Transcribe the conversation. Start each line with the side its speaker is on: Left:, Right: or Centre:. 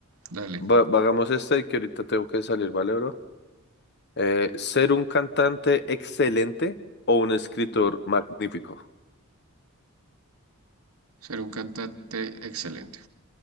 Right: dale.
Left: Va- hagamos esta y que ahorita tengo que salir, ¿vale, bro? Eh, ¿ser un cantante excelente o un escritor magnífico?
Right: Ser un cantante excelente.